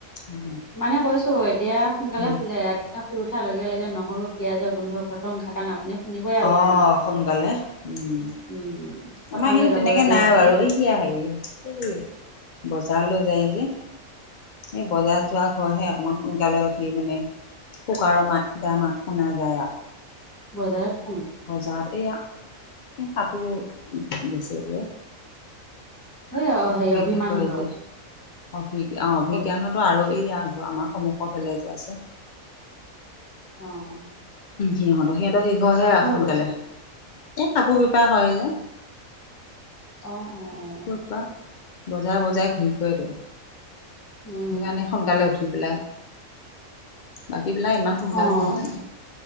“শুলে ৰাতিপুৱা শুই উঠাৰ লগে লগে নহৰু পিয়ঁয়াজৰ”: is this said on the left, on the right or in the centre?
Left